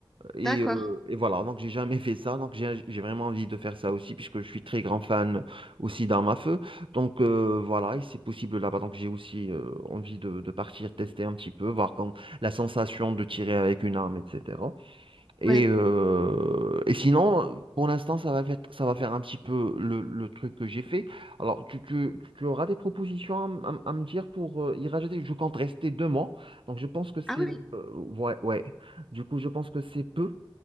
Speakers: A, on the right; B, in the centre.
A: Et,
B: d'accord.
A: euh, et voilà, donc j'ai jamais fait ça, donc j'ai j'ai vraiment envie de faire ça aussi, puisque je suis très grand fan aussi d'armes à feu. Donc euh, voilà, et c'est possible là-bas. Donc j'ai aussi euh, envie de, de partir tester un petit peu, voir quand la sensation de tirer avec une arme, etc. Et,
B: Oui.
A: euh, et sinon, pour l'instant, ça va faire, ça va faire un petit peu le, le truc que j'ai fait. Alors, tu, tu, tu auras des propositions à, m- à m- à me dire pour euh, y rajouter. Je compte rester deux mois. Donc, je pense que c'est...
B: Ah oui.
A: euh, ouais, ouais. Du coup, je pense que c'est peu